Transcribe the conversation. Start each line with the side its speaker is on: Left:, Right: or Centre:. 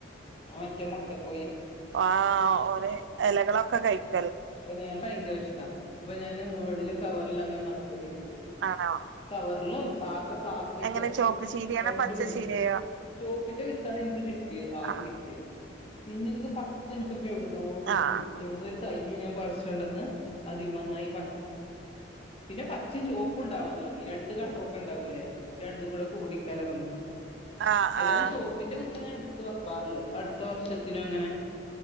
Left: ആഹ് മറ്റേ മൊട്ടക്കോ
Right: ആഹ് ഓല് എലകളൊക്കെ കഴിക്കും
Left: അപ്പഞാനൈന്റെഷം ക ഇപ്പ ഞാന് മുകളില് കവറിലങ്ങനെ ന നട്ട് പിടിപ്പിക്കും
Right: ആണോ
Left: കവർലും പാത്ര പ്ലാസ്റ്റിക്
Right: എങ്ങനെ ചോപ്പ് ചീരയാണോ
Left: രണ്ടൂണ്ട്
Right: പച്ച ചീരയോ
Left: ചോപ്പിന്റെ വിത്താണ് ഇൻക്ക് കിട്ട്യേത് ആദ്യം
Right: ആഹ്
Left: കിട്ട്യേത് പിന്നെ ഇൻക്ക് പച്ച ഇൻക് എവ്ട്ന്നോ കിട്ടി
Right: ആഹ്
Left: എവിടനൊര് ഇ ഞാൻ പറിച്ചോണ്ടന്ന് അതിമ്മന്നായി പച്ച പിന്നെ പചീമ് ചോപ്പും ണ്ടാവാൻ തൊടങ്ങി രണ്ട് കളറൊക്കെ ണ്ടാവൂലെ രണ്ടുകൂടെ കൂടിക്കലർന്നു
Right: ആഹ്
Left: ഏതായാലും
Right: ആഹ്
Left: ചോപ്പിന്റെ വിത്താ ഞാൻ എട്ത്ത് വെക്കാറ്ള്ളത് അടുത്ത വർഷ പിന്നെഅങ്ങനെ